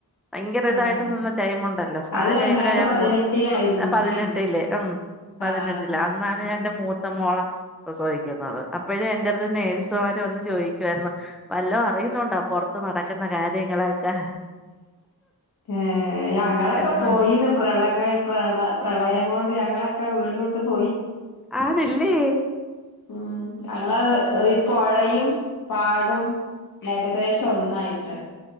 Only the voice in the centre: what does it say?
ഭയങ്കര ഇതായിട്ട്
നിന്ന ടൈമുണ്ടല്ലോ
ആ
ടൈമിലാ ഞാൻ
മൂ അ
പതിനെട്ടില് ഉം പതിനെട്ടില്
അന്നാണ്
ഞാൻ എൻന്റെ മൂത്ത മോളെ പ്രസവിക്കുന്നത് അപ്പെഴെ എന്റെട്ത്ത് നേഴ്സുമാര് വന്ന് ചോദിക്കുമായിരുന്നു വല്ലോ അറിയുന്നുണ്ടോ പൊറത്ത് നടക്കുന്ന കാര്യങ്ങളൊക്കെ
എന്ന്
ആണല്ലേ